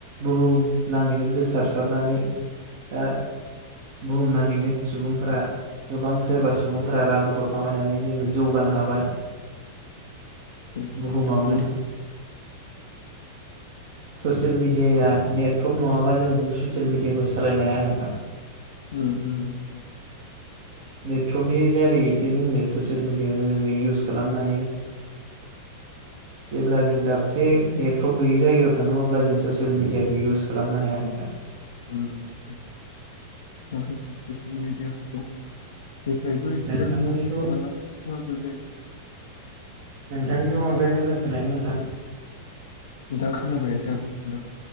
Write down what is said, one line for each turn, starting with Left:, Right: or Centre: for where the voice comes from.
Right: बुहुम नाङैनो गोसारसारनानै दा बुहुमनाङैनो सुबुंफोरा गोबां सोरबा सुबुंफोरा रां रुफा खामायनानै जोङो जौगानो हाबाय।
Left: सोरबा
Right: बहुम
Left: सोरबा
Right: मावनो।
Left: गोदोसो
Right: ससियेल मिडियाया नेटवर्प नङाबा जों ससियेल मिडियाखौ सालायनो हाया नोंथां।
Left: ओम ओम नोंथां।
Right: नेटवर्कनि जारैसो जोङो ससियेल मिडियाखौ जोङो इउस खालामनो हायो। जेब्ला जों दाब से नेटफ्र्रप गैयि जायगायाव थाङो अब्ला जों ससियेल मिडियाखौ इउस खालामनो हाया नोंथां।
Left: ओम ओम <unintelligible> ससियेल मिडियाखौ जेफ्रायबो हेल्प
Right: नोंथांनिखौ
Left: मोनो मालाबा खहाबो जायो।
Right: नोंथांनिखौ बांद्राय मोजां खोनायाखै नोंथां।
Left: दा खोनाबाय नोंथां। हेल'